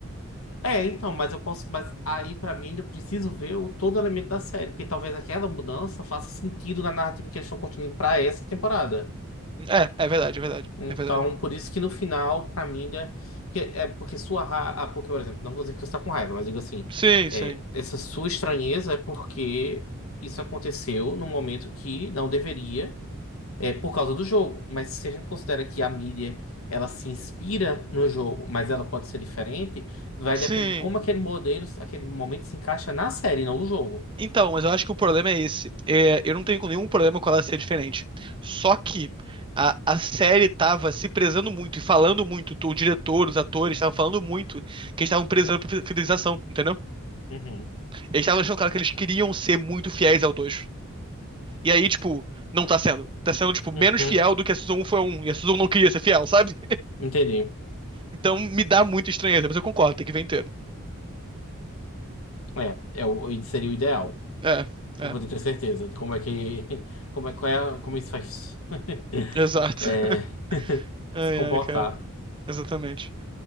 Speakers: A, on the left (about 70°); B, on the right (about 25°).
A: É, então, mas eu posso, mas aí pra mim eu preciso ver o todo o elemento da série, porque talvez aquela mudança faça sentido na narrativa que eles estão construindo pra essa temporada.
B: É, é verdade, é verdade,
A: Então,
B: é verdade.
A: por isso que no final, pra mim ainda, porque é porque sua ra... ah, porque, por exemplo, não vou dizer que você tá com raiva, mas digo assim,
B: Sim,
A: é,
B: sim.
A: essa sua estranheza é porque isso aconteceu num momento que não deveria é, por causa do jogo. Mas se a gente considera que a mídia ela se inspira no jogo, mas ela pode ser diferente, vai
B: Sim.
A: depender de como aquele modelo, aquele momento se encaixa na série, não no jogo.
B: Então, mas eu acho que o problema é esse. É, eu não tenho nenhum problema com ela ser diferente. Só que a, a série tava se prezando muito e falando muito. O diretor, os atores estavam falando muito que eles estavam prezando por fi- fidelização, entendeu?
A: Uhum.
B: Eles estavam deixando claro que eles queriam ser muito fiéis ao 2. E aí, tipo, não tá sendo. Tá sendo, tipo, menos
A: Uhum,
B: fiel do que a Season 1 foi a 1. E a Season 1 não queria ser fiel, sabe?
A: entendi.
B: Então me dá muita estranheza, mas eu concordo, tem que ver inteiro.
A: É, é o, seria o ideal,
B: É, é,
A: para poder ter certeza de como é que, <laughs> como é, qual é, como isso faz <laughs>
B: exato.
A: é,
B: <laughs>
A: <laughs>
B: Ai,
A: se comportar.
B: ai, cara. Exatamente.